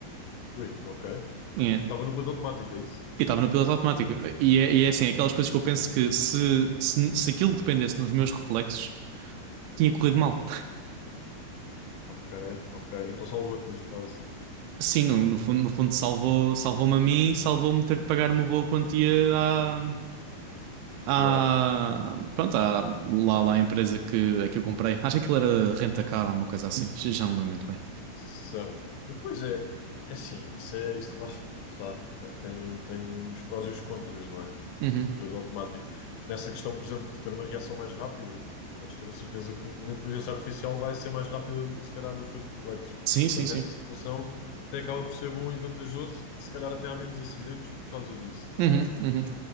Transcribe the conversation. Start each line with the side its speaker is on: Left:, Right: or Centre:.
Left: Ui, ok. E
Right: <laughs>
Left: estava no piloto automático, é isso?
Right: E estava no piloto automático. E é, e é assim, é aquelas coisas que eu penso que se, se, se aquilo dependesse dos meus reflexos, tinha corrido mal.
Left: Ok, ok. Então salvou-te neste caso.
Right: Sim, no, no fundo, no fundo salvou, salvou-me a mim e salvou-me ter de pagar uma boa quantia à, à,
Left: Claro.
Right: pronto, à, lá, lá à empresa que, a que eu comprei. Acho que aquilo era Rentacar ou alguma coisa assim. Já já não lembro muito bem.
Left: Certo. Pois é, é assim, isso é, isso lá está. Tem, tem os prós e os contras, não é?
Right: Uhum.
Left: Do piloto automático. Porque nessa questão, por exemplo, de ter uma reação mais rápida, podes ter a certeza que uma inteligência artificial vai ser mais rápida do que se calhar os teus reflexos.
Right: Sim,
Left: Portanto,
Right: sim, sim.
Left: nessa situação, até acaba por ser bom e vantajoso, que se calhar até há menos acidentes por causa disso.
Right: Uhum, uhum,